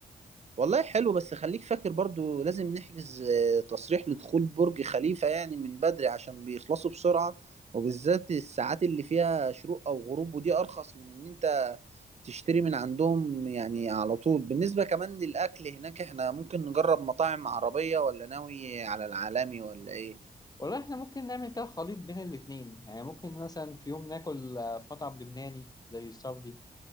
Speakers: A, on the right; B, on the left.
A: والله حلو بس خليك فاكر برضو لازم نحجز آه، تصريح لدخول برج خليفة يعني من بدري عشان بيخلصوا بسرعة وبالذات الساعات اللي فيها شروق او غروب ودي ارخص من ان انت تشتري من عندهم يعني على طول بالنسبة كمان للاكل هناك احنا ممكن نجرب مطاعم عربية ولا ناوي على العالمي ولا ايه
B: والله احنا ممكن نعمل كده خليط بين الاتنين يعني ممكن مثلا في يوم ناكل آه، في مطعم لبناني زي السعودي